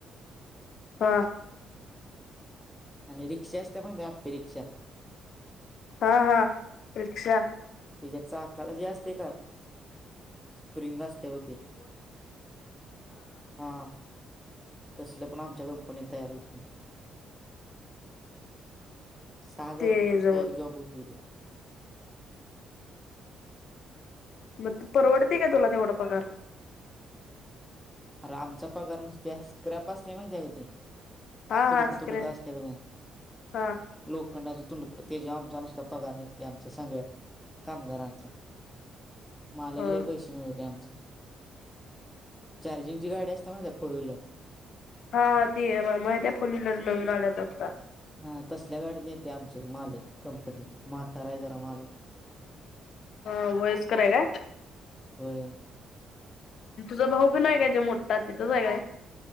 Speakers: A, on the left; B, in the centre.
A: हा
B: आणि रिक्षा असत माहि त्या आपे रिक्षा
A: हा हा रिक्षा
B: त्याच्यात चाकाला जे असते काय स्प्रिंग असते हो ते हा तसलं पण आमच्या कंपनीत तयार होते सहा हजार
A: ते
B: रपयाला नसत
A: जवळ
B: एक जब होती
A: मग तू परवडते का तुला तेवढा पगार
B: अरे आमचा पगार नसते स्क्रॅप असते माहितीय आहे का ते
A: हा
B: तुडुक
A: हा स्क्रे
B: तुडुक असत मग
A: हा
B: लोखंडाचे तुंडक ते जेव आमचा नसद्धा पगार निघते आमच्या सगळ्यात कामगारांचा मालकले
A: हा
B: पैसे मिळवते आमच चार्जिंगची गडी असते म त्या फोर्हीलर
A: हा ती आहे मा ते फुलीला नळन आल्यात फक्ता
B: हा तसल्या गाडी न येते आमचे मालक कंपनी म्हाताराय जरा मालक
A: हा वयस्करर का
B: होय
A: तुझं भाऊ पण आहे काय तेो मोठतात तिथंच आहे काय